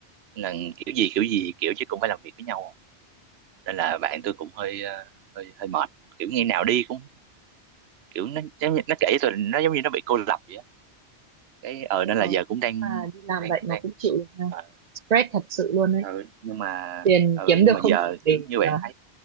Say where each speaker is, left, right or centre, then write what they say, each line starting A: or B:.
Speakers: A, on the right (about 65°); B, on the right (about 45°).
A: là kiểu gì kiểu gì kiểu chứ cũng phải làm việc với nhau nên là bạn tôi cũng hơi ờ, hơi hơi mệt kiểu ngày nào đi cũng kiểu nó giống như, nó kể rồi nó giống như nó bị cô lập vậy á cái ờ
B: Ờ,
A: nên là giờ cũng đang
B: mà đi làm
A: đang
B: vậy mà
A: đang
B: cũng chịu được ha.
A: ờ
B: stress thật sự luôn ấy
A: ừ, nhưng mà
B: tiền
A: ừ
B: kiếm
A: nhưng
B: được
A: mà
B: không
A: giờ
B: đủ để
A: kiểu như bạn
B: ờ,
A: thấy